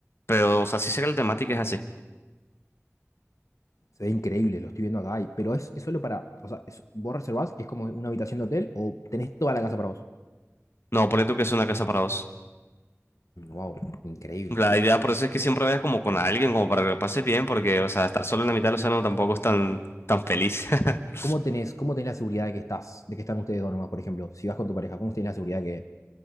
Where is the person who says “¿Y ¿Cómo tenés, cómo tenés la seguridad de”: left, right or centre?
Left